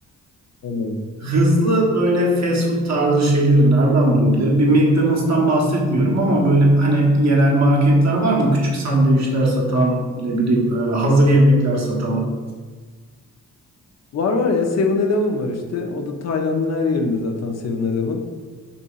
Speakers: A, on the left; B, on the right.
A: Tamam.
B: Hızlı böyle fast food tarzı şeyleri nereden bulabilirim? Bir McDonald's'tan bahsetmiyorum ama böyle hani yerel marketler var mı? Küçük sandviçler satan ne bileyim e, hazır yemekler satan.
A: Var var ya Seven eleven var işte. O da Tayland'ın her yerinde zaten Seven eleven